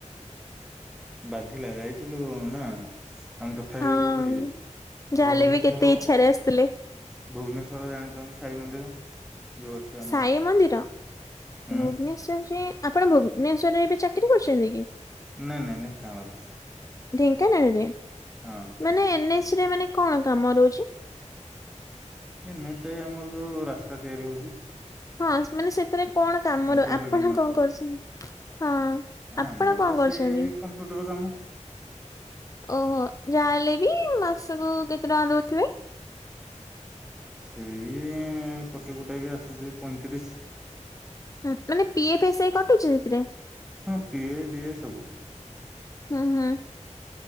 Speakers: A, in the centre; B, on the left.
A: ବାଧିଲା ଯାଇଥିଲୁ ନା। ଆମେ ତଥାବି
B: ହଁ।
A: କୋଉଠି
B: ଯାହାହେଲେ
A: ଭୁବନେଶ୍ଵର
B: ବି କେତେ
A: ଆଛା
B: ଇଚ୍ଛାରେ
A: ଭୁବନେଶ୍ଵର
B: ଆସିଥିଲେ
A: ଜାଣିଚନ୍ତି ସାଇ ମନ୍ଦିର। ଯୋଉ ଅଛି ଆମର
B: ସାଇ ମନ୍ଦିର
A: ହୁଁ
B: ଭୁବନେଶ୍ଵରରେ ଆପଣ ଭୁବନେଶ୍ଵରରେ ଏବେ ଚାକିରି କରୁଚନ୍ତି କି?
A: ନାଇଁ ନାଇଁ ଢେଙ୍କାନାଳରେ।
B: ଢେଙ୍କାନାଳରେ?
A: ହଁ।
B: ମାନେ ଏନ୍ଏସ୍ ରେ ମାନେ କଣ କାମ ରହୁଚି?
A: ଏନ ଏଚ ଆମର ଯଉ ରାସ୍ତା ତିଆରିି ହଉଚି।
B: ହଁ ମାନେ ସେଥିରେ କଣ କାମ
A: ସେଣ୍ଟ୍ରାଲ
B: ର ଆପଣ
A: ଗଭର୍ଣମେଣ୍ଟ
B: କଣ
A: ର
B: କରୁଚନ୍ତି? ହଁ ଆପଣ
A: ଆମର
B: କଣ
A: ତ
B: କରୁଚନ୍ତି?
A: ସେଇ କମ୍ପ୍ୟୁଟର କାମ
B: ଓହୋ ଯାହା ହେଲେ ବି ମାସକୁ କେତେ ଟଙ୍କା ଦଉଥିବେ।
A: ସେଇ କଟି କୁଟାକି ଆସୁଚି ପଇଁତିରିଶ।
B: ହଁ ମାନେ ପିଏଫ ଏସ ଆଇ କଟୁଛି ସେଥିରେ।
A: ହଁ ପିଏପ ଡିଏ ସବୁ।
B: ହୁଁ ହୁଁ।